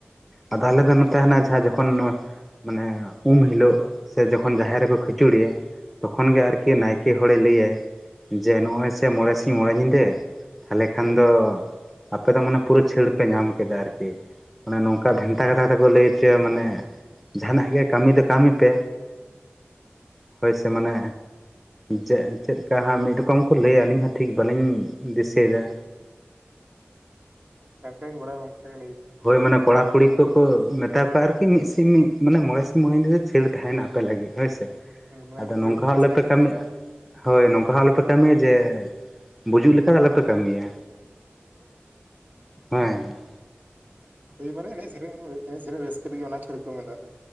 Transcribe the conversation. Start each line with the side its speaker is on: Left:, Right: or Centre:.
Centre: ᱟᱫᱚ ᱟᱞᱮ ᱫᱚ ᱱᱚᱛᱮ ᱛᱟᱦᱮᱸᱱᱟ ᱡᱟᱦᱟᱸ ᱡᱚᱠᱷᱚᱱ ᱢᱟᱱᱮ ᱩᱢ ᱦᱤᱞᱳᱜ᱾ ᱥᱮ ᱡᱚᱠᱷᱚᱱ ᱡᱟᱦᱮᱨ
Right: ᱦᱳᱭ
Centre: ᱨᱮᱠᱚ ᱠᱷᱤᱪᱩᱲᱮᱭᱟ ᱛᱚᱠᱷᱚᱱ
Right: ᱦᱳᱭ
Centre: ᱜᱮ ᱟᱨᱠᱤ ᱱᱟᱭ ᱠᱮ ᱦᱚᱲᱮ ᱞᱟᱹᱭᱟᱭ ᱡᱮ ᱱᱚᱜᱼᱚᱭ ᱥᱮ ᱢᱚᱬᱮ ᱥᱤᱧ ᱢᱚᱬᱮ ᱧᱤᱫᱟᱹ ᱛᱟᱦᱚᱞᱮ ᱠᱷᱟᱱ
Right: ᱦᱳᱭ
Centre: ᱫᱚ ᱟᱯᱮ ᱫᱚ ᱢᱟᱱᱮ ᱯᱩᱨᱟᱹ ᱪᱷᱟᱹᱲ ᱯᱮ ᱧᱟᱢ ᱠᱮᱫᱟ ᱟᱨᱠᱤ ᱢᱟᱱᱮ ᱱᱚᱝᱠᱟ ᱵᱷᱮᱱᱛᱟ ᱠᱟᱛᱷᱟ ᱛᱮᱠᱚ ᱞᱟᱹᱭ ᱚᱪᱚᱭᱟ ᱢᱟᱱᱮ, ᱡᱟᱦᱟᱸᱱᱟᱜ ᱜᱮ ᱠᱟᱹᱢᱤ ᱫᱚ ᱠᱟᱹᱢᱤ ᱯᱮ ᱦᱳᱭ ᱥᱮ ᱢᱟᱱᱮ
Right: ᱦᱳᱭ
Centre: ᱡᱮ ᱪᱮᱫᱞᱮᱠᱟ ᱦᱟᱸᱜ ᱢᱤᱫ ᱨᱚᱠᱚᱢ ᱠᱚ ᱞᱟᱹᱭᱟ ᱟᱹᱞᱤᱧ ᱦᱚᱸ ᱴᱷᱤᱠ ᱵᱟᱹᱞᱤᱧ ᱫᱤᱥᱟᱹᱭ ᱫᱟ᱾
Right: ᱫᱟᱞᱠᱮᱧ ᱵᱟᱰᱟᱭᱟ ᱜᱚᱝᱠᱮ <unintelligible> ᱞᱟᱹᱭ
Centre: ᱦᱳᱭ ᱢᱟᱱᱮ ᱠᱚᱲᱟ ᱠᱩᱲᱤ ᱠᱚᱠᱚ ᱢᱮᱛᱟ ᱠᱚᱣᱟ ᱟᱨᱠᱤ ᱢᱤᱜ ᱥᱤᱧ ᱢᱟᱱᱮ ᱢᱚᱬᱮ ᱥᱤᱧ ᱧᱤᱫᱟᱹ ᱫᱚ ᱪᱷᱟᱹᱲ ᱛᱟᱦᱮᱸᱱᱟ ᱟᱯᱮ ᱞᱟᱹᱜᱤᱫ ᱦᱳᱭ ᱥᱮ᱾
Right: ᱢᱟᱱᱮ
Centre: ᱟᱫᱚ
Right: ᱮᱱᱮᱡ
Centre: ᱱᱚᱝᱠᱟ
Right: ᱥᱮᱨᱮᱧ ᱛᱮ
Centre: ᱦᱚᱸ
Right: ᱨᱟᱹᱥᱠᱟᱹᱭ
Centre: ᱟᱞᱚᱯᱮ ᱠᱟᱹᱢᱤ
Right: ᱯᱮ
Centre: ᱦᱳᱭ ᱱᱚᱝᱠᱟ ᱦᱚᱸ ᱟᱞᱚᱯᱮ ᱠᱟᱹᱢᱤᱭᱟ ᱡᱮ ᱵᱩᱡᱩᱜ ᱞᱮᱠᱟ ᱫᱚ ᱟᱞᱚᱯᱮ ᱠᱟᱹᱢᱤᱭᱟ᱾
Right: ᱦᱮᱸ,
Centre: ᱦᱚᱸ ᱦᱮᱧ,
Right: ᱦᱚᱭ ᱢᱟᱱᱮ ᱮᱱᱮᱜ ᱥᱮᱨᱮᱧ ᱮᱱᱮᱜ ᱥᱮᱨᱮᱧ ᱨᱟᱹᱥᱠᱟᱹ ᱞᱟᱹᱜᱤᱫ ᱚᱱᱟ ᱪᱷᱟᱹᱲᱤ ᱠᱚ <unintelligible>